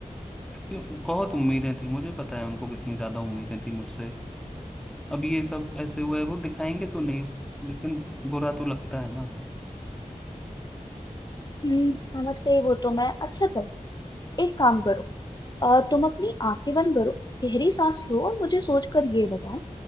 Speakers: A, in the centre; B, on the left.
A: क्योंकि बहुत उम्मीदें थी मुझे पता है उनको कितनी ज्यादा उम्मीदें थी मुझसे अब ये सब ऐसे हुआ है वो दिखाएंगे तो नहीं लेकिन बुरा तो लगता है ना
B: हम्म समझ गई वो तो मैं अच्छा चल एक काम करो अ, तुम अपनी आंखें बंद करो गहरी सांस लो और मुझे सोचकर ये बताओ